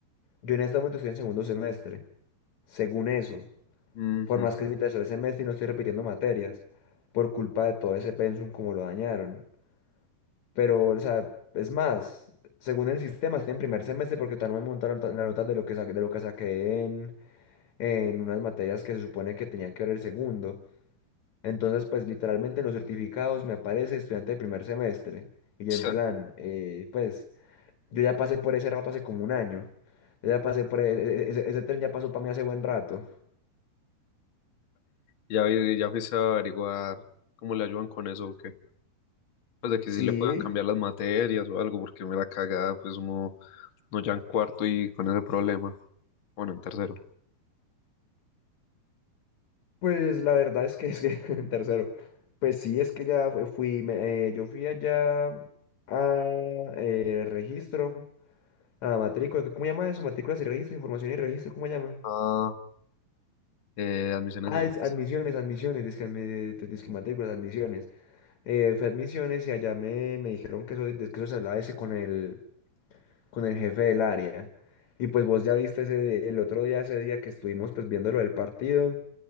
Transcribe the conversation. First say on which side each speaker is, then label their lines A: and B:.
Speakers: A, on the left; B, on the left.
A: yo en este momento estoy en segundo semestre según eso,
B: Ujú.
A: por más que es mi tercer semestre y no estoy repitiendo materias, por culpa de todo ese pensum como lo dañaron. Pero, o sea, es más, según el sistema, estoy en primer semestre porque todavía no me montaron ta- la nota de lo que saqué, de lo que saqué en, en unas materias que se supone que tenía que ver el segundo. Entonces, pues literalmente en los certificados me aparece estudiante de primer semestre. Y yo
B: <laughs>
A: en plan, eh, pues yo ya pasé por ese rato hace como un año. Yo ya pasé por e- e- e- ese, ese tren, ya pasó para mí hace buen rato.
B: Ya, vi- ya fuiste a averiguar cómo le ayudan con eso o qué. Pues de que
A: Sí,
B: sí le puedan cambiar las materias o algo, porque me la cagada, pues uno no ya en cuarto y con ese problema. Bueno, en tercero.
A: Pues la verdad es que es que <laughs> en tercero. Pues sí, es que ya fue- fui, me- eh, yo fui allá a eh, registro, a matrícula. ¿Cómo llama eso? Matrículas y registro, información y registro, ¿cómo llama?
B: Ah, eh, admisiones
A: Ah,
B: y registro.
A: es admisiones, admisiones, dizque, admi- eh, dizque matrículas, admisiones. Eh, fui admisiones y allá me, me dijeron que eso, de que eso se hablaba ese con el, con el jefe del área. Y pues vos ya viste ese, el otro día, ese día que estuvimos pues viendo lo del partido.